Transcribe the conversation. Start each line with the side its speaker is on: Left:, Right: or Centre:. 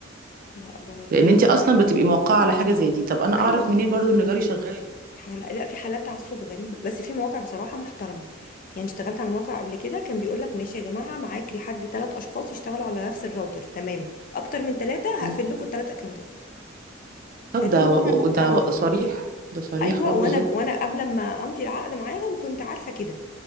Left: لا ب-
Right: لان
Left: برضه
Right: انت اصلا بتبقي موقعه
Left: في-
Right: على حاجه زي دي طب انا
Left: ايوه
Right: اعرف منين برضو ان جاري شغال
Left: حال- لا في حالات تعسف غريبة بس في مواقع بصراحة محترمة يعني اشتغلت على موقع قبل كده كان بيقول لك ماشي يا جماعة معاك لحد ثلاث أشخاص يشتغلوا على نفس الراوتر تمام أكتر من ثلاثة
Right: مم.
Left: هقفل لكم الثلاث أكونتات
Right: طب
Left: فدي
Right: ده
Left: مواقع
Right: و... و-
Left: محترمة
Right: ده و... صريح ده صريح
Left: أيوة
Right: اه
Left: وأنا
Right: بالظبط
Left: وأنا قبل ما أمضي العقد معاهم كنت عارفة كده